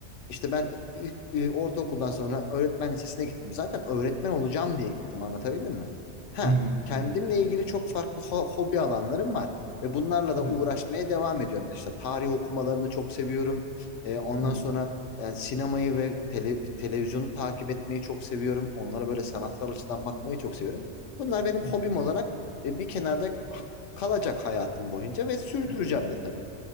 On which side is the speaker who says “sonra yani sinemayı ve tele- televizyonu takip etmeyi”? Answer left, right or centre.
Left